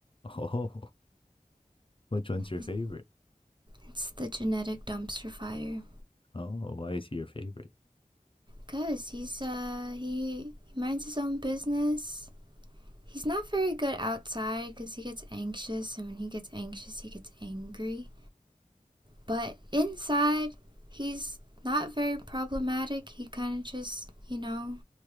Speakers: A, on the left; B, on the right.
A: Oh, which one's your
B: <laughs>
A: favorite?
B: It's the genetic dumpster fire.
A: Oh, why is he your favorite?
B: Cause he's uh he, he minds his own business. He's not very good outside because he gets anxious, and when he gets anxious, he gets angry. But inside, he's not very problematic. He kind of just, you know,